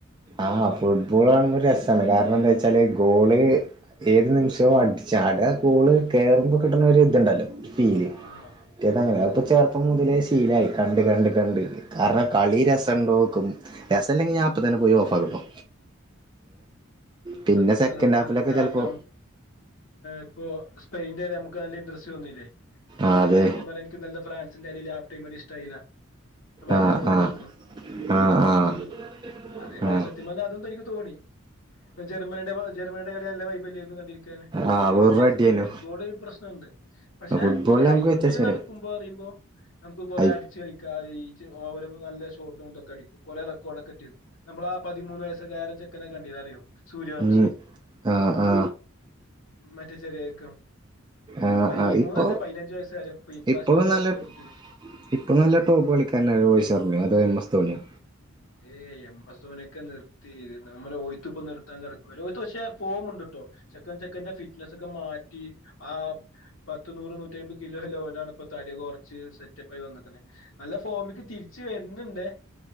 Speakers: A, on the right; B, on the left.
A: ആ ഫുട്ബോൾ കാണുമ്പോ ഒരു രസാണ് കാരണം എന്താ വച്ചാല് ഗോള് ഏത് നിമിഷവും അടിച്ചാൽ ഗോള് കേയറുമ്പോ കിട്ടണ ഒരു ഇതുണ്ടല്ലോ ഫീൽ
B: ആ
A: ഏതെങ്ങനെയ ഇപ്പൊ ചെറുപ്പം മുതലേ ശീലായി കണ്ട് കണ്ട് കണ്ട് കാരണം കളി രസം ഉണ്ടോക്കും രസല്ലെങ്കി ഞാൻ അപ്പൊ അപ്പോൾത്തന്നെ പോയി ഓഫ് ആകും ട്ടോ പിന്നെ
B: സത്യാണ്
A: സെക്കൻഡ്
B: സത്യാണ്
A: ഹാഫിലൊക്കെ
B: കാരണം
A: ചെലപ്പോ
B: ഇപ്പോ സ്പെയിന്റെ വ നമുക്ക് നല്ല ഇൻട്രസ്റ്റ് തോന്നിയില്ലേ
A: ആഹ്
B: അതേ
A: അതെ
B: പോലെ സത്യം പറഞാ എനിക്ക് നല്ല ഫ്രാൻസിന്റെ അ ട്ടമരി സ്റ ആ ഭയങ്കര
A: ആഹ്
B: ബോറായിരുന്നു
A: ആഹ് ആഹ്
B: മടുത്തിരുന്നു
A: ആഹ്
B: അതേമാതിരി
A: ആഹ്
B: സത്യം പറഞ്ഞ അതൊ എനിക്ക് തോണി ജർമ്മനിയുടെ ജർമ്മനിയ ഇന്നലെ കളി നല്ല വൈബ് കണ്ടിരു അതേ
A: ആഹ് വെറും
B: വ്യത്യാസം
A: അടിയേനു
B: വരും ഫുട്ബോൾ ഒരു പ്രശ്നമുണ്ട് പക്ഷെ
A: ഫുട്ബോളിൽ
B: ഈ
A: നമുക്ക്
B: ഐ
A: വ്യത്യാസം
B: പി എൽ
A: വരും
B: നടക്കുമ്പോ അറിയുമ്പോ നമുക്ക് കൊറെ
A: ഐ
B: അടിച്ച് കളിക്കാം ഇജ് അവര് ഒ നല്ല ഷോട്ട് കൊണ്ടക്കെ അടിക്കും കൊറെ റെക്കോഡോക്കെ കിട്ടിയിരുന്നു. നമ്മളാ പതിമൂന്ന് വയസുകാരൻ ചെക്കനെ കണ്ടിരുന്നു അറിയോ സൂര്യവംശി
A: ഉം ആ ആ
B: മറ്റേ ചെറിയ ചെക്കൻ
A: ആ
B: പൈമൂന്നല്ല
A: ആ ഇപ്പൊ
B: പതിനഞ്ച് വയസ്സുകാരൻ ഇപ്പൊ ഇപ്രാവശ്യം
A: ഇപ്പോഴ
B: കൊറേ
A: നല്ല
B: റെക്കോർഡ് ഇട്ടിരുന്നു
A: ഇപ്പൊ നല്ല ടോപ്പ് കളിക്കാരൻ ശർമ്മോ അതോ എം എസ് ധോണിയോ
B: ഏയ് എം എസ് ധോണിയൊക്കെ നിർ തീരുന്നേ നമ്മടെ ഓയിത്തിപ്പോ നിർത്താൻ കിടക്ക്‌ ഓരോത്തു പക്ഷെ ഫോമുണ്ട് ട്ടോ ചെക്കന്റെ ചെക്കന്റെ ഫിറ്റ്നസ് ഒക്കെ മാറ്റി ആ പത്ത് നൂറ് നൂറ്റി അയ്മ്പത് കിലോ ലോനാണ് ഇപ്പൊ തടി കൊറച്ച് സെറ്റപ്പ് ആയി വന്ന്ക്ണ് നല്ല ഫോമില്തിരിച്ച് വരുന്നുണ്ടേ